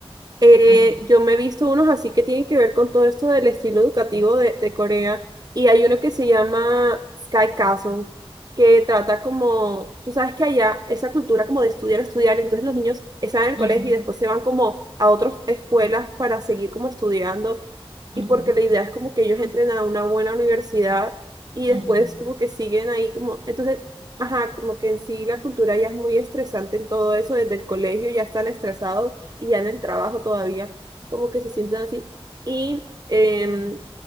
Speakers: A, on the right; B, on the right.
A: Eh,
B: Ujú,
A: yo me he visto unos así que tienen que ver con todo esto del estilo educativo de, de Corea. Y hay uno que se llama Sky Castle, que trata como, tú sabes que allá esa cultura como de estudiar, estudiar, entonces los niños están en el
B: ujú,
A: colegio y después se van como a otras escuelas para seguir como estudiando.
B: ujú,
A: Y porque la idea es como que ellos entren a una buena universidad y
B: ujú,
A: después como que siguen ahí como, entonces, ajá, como que en sí la cultura ya es muy estresante en todo eso, desde el colegio ya están estresados y ya en el trabajo todavía como que se sienten así. Y em,